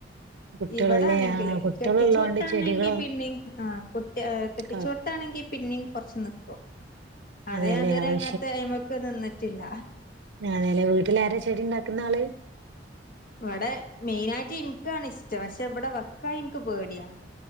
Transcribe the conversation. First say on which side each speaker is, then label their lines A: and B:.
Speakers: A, on the right (about 70°); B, on the left (about 50°).
A: കുട്ടികളല്ലേ
B: ഇവിടെ ആണെങ്കില്
A: ആ കുട്ടികള്
B: കെട്ടിച്ചോട്ത്താണെങ്കി
A: ഉള്ളോണ്ട് ചെടികളും
B: പിന്നേം ആ കുട്ടി കെട്ടി
A: ക-
B: ച്ചോട്ത്താണെങ്കി പിന്നേം കുറച്ച് നിക്കും അവിടെ
A: അതെല്ലേ
B: യാതുവരെ
A: അത്
B: അങ്ങത്തെ എമ്മ ക്ക് നിന്നിട്ടില്ല
A: ആണ്ല്ലെ വീട്ടില് ആരാ ചെടിയുണ്ടാക്കുന്ന ആള്
B: ഇവിടെ മെയിനായിറ്റ് എൻക്കാണ് ഇഷ്ടം പക്ഷെ ഇവിടെ വെക്കാൻ എനിക്ക് പേടിയാ